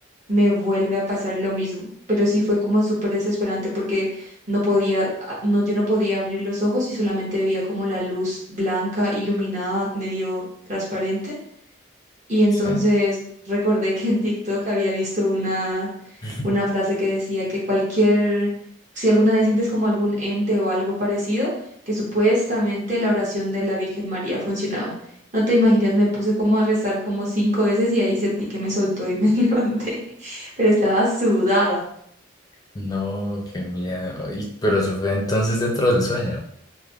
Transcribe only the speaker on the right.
me vuelve a pasar lo mismo, pero sí fue como súper desesperante porque no podía, a- no, yo no podía abrir los ojos y solamente veía como la luz blanca, iluminada, medio transparente y entonces
recordé que en TikTok había visto una,
una frase que decía que cualquier, si alguna vez sientes como algún ente o algo parecido, que supuestamente la oración de la Virgen María funcionaba. No te imaginas, me puse como a rezar como cinco veces y ahí sentí que me soltó y me <laughs> levanté, pero estaba sudada.